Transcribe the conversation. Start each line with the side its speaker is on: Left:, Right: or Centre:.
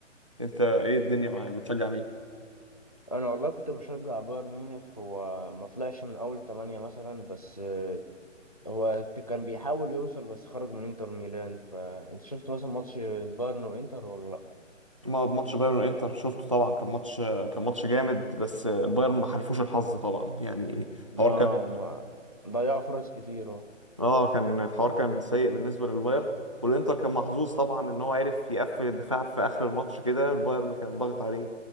Right: انت ايه الدنيا معاك بتشجع مين
Left: انا والله كنت بشجع بايرن ميونخ هو ما طلعش من اول تمانية مثلا بس آه، هو ت- كان بيحاول يوصل بس خرج من انتر ميلان فانت شفت مثلا ماتش البايرن وانتر ولا لا
Right: ما- ماتش بايرن وانتر شفته طبعا كان ماتش كان ماتش جامد بس البايرن ما حلفوش الحظ طبعا يعني الحوار
Left: ما
Right: كان
Left: ما ضيعوا فرص كتير اهو
Right: اه كان الحوار كان سيء بالنسبه للبايرن والانتر كان محظوظ طبعا ان هو عرف يقفل الدفاع في اخر الماتش كده البايرن كان ضاغط عليه